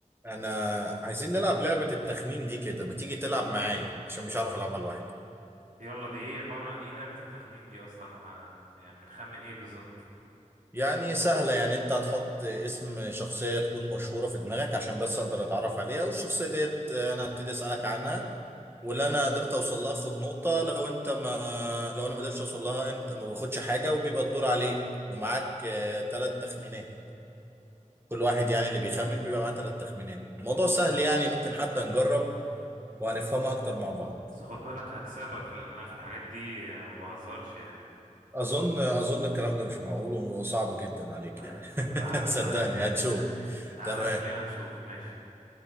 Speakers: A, on the right; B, on the right.
A: انا عايزين نلعب لعبة التخمين دي كده ما تيجي تلعب معايا عشان مش عارف العبها لوحدي
B: يلا دي ايه عبارة عن ايه لعبة التخمين دي اصلا لما يعني بنخمن ايه بالظبط
A: يعني سهلة يعني انت هتحط اسم شخصية تكون مشهورة في دماغك عشان بس اقدر اتعرف عليها والشخصية ديت انا هبتدي اسألك عنها واللي انا قدرت اوصل لها اخد نقطة لو انت ما لو انا ما قدرتش اوصل لها انت ما باخدش حاجة وبيبقى الدور عليك ومعاك ثلاث تخمينات كل واحد
B: مم.
A: يعني اللي بيخمن بيبقى معاه ثلاث تخمينات الموضوع سهل يعني ممكن حتى نجرب وهنفهمها اكتر مع بعض
B: بس خد بالك هكسبك لان انا في الحاجات دي ما بهزرش يعني
A: اظن اظن الكلام ده مش معقول وصعب جدا عليك
B: طيب
A: يعني
B: طب تعالى
A: <laughs> صدقني
B: تعالى <laughs>
A: هتشوف
B: تعالى
A: تمام
B: خلينا نشوف ماشي